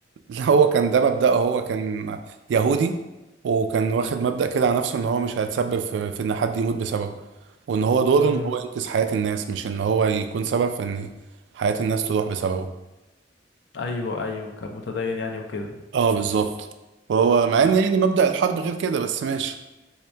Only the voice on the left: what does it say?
امم
ايوه ايوه كان متدين يعني وكده
لا